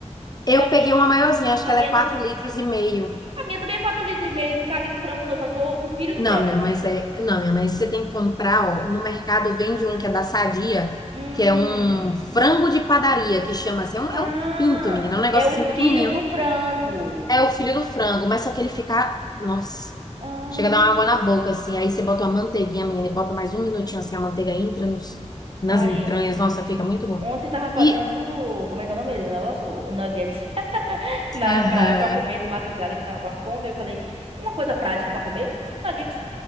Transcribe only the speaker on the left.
Eu
peguei uma maiorzinha, acho
que ela
é 4
litros e meio.
Não,
minha, mas é, não, minha, mas você tem que comprar, ó, no mercado vende um que é da Sadia,
que é um frango de padaria, que chama assim, é um,
é um pinto, menina, é um negócio
assim
pequenininho.
É o filho do frango, mas só que ele fica, nossa,
chega a dar uma água na boca assim, aí você bota uma manteiguinha, menina, e bota mais um minutinho assim, a manteiga entra nos, nas
entranhas, nossa, fica muito bom.
E
Aham.